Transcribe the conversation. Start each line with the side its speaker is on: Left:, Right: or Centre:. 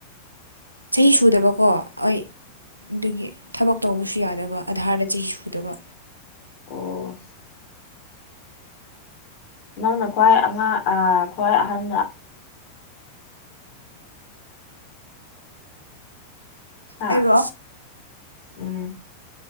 Right: ꯆꯍꯤ ꯁꯨꯗꯕꯀꯣ ꯍꯣꯏ ꯑꯒꯤ ꯊꯕꯛ ꯇꯧꯕꯁꯨ ꯌꯥꯗꯕ ꯑꯙꯥꯔꯗ ꯆꯍꯤ ꯁꯨꯗꯕ
Left: ꯑꯣ ꯅꯪꯅ ꯈ꯭ꯋꯥꯏ ꯑꯉꯥꯡ ꯈ꯭ꯋꯥꯏ ꯑꯍꯟꯅ ꯍꯥ
Right: ꯑꯩꯔꯣ
Left: ꯎꯝ